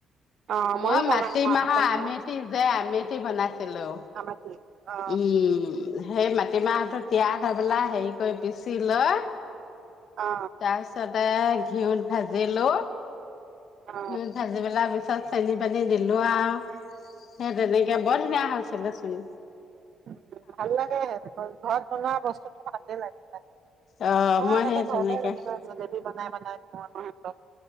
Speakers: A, on the right; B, on the left.
A: অ মইয়ো
B: মই
A: বনাও
B: মাটি মাহৰ
A: বনাও
B: আমেঠি যে আমেঠি বনাইছিলো।
A: আমাকে অ
B: উম। সেই মাটিমাহটো তিয়াহ ধবেলা হেৰি কৰি পিচি লৈ
A: অ
B: তাৰপিছতে ঘিউত ভাজিলো,
A: অ
B: ঘিউট ভাজি পেলাই। তাত চেনি পানী দিলোঁ আৰু, সেই তেনেকে বৰ ধুনীয়া হৈছিলে। চোন।
A: উম ভাল লাগে সেনেকে ঘৰত বনোৱা বস্তুটো ভালেই লাগে
B: অঁ মই
A: আগতে
B: সে
A: ঘৰতে
B: তেনেকে,
A: যেনেকৈ জেলেপি বনাই বনাই থও আকৌ সেতক,